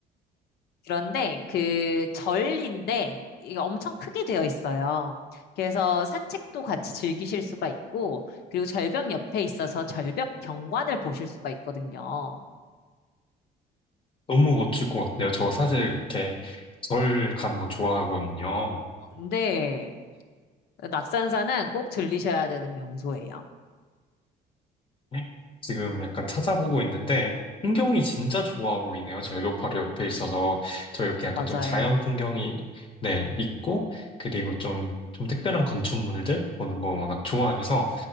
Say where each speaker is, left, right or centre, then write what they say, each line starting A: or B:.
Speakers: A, on the left; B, on the left.
A: 그런데 그 절인데 이게 엄청 크게 되어 있어요. 그래서 산책도 같이 즐기실 수가 있고, 그리고 절벽 옆에 있어서 절벽 경관을 보실 수가 있거든요.
B: 너무 멋질 것 같아요 저 사실 이렇게 절 가는 거 좋아하거든요.
A: 근데 낙산사는 꼭 들리셔야 되는 명소예요.
B: 네? 지금 약간 찾아보고 있는데 풍경이 진짜 좋아 보이네요. 절벽 바로 옆에 있어서 저 이렇게 약간
A: 맞아요.
B: 좀 자연 풍경이 네, 있고 그리고 좀, 좀 특별한 건축물들 보는 거 워낙 좋아해서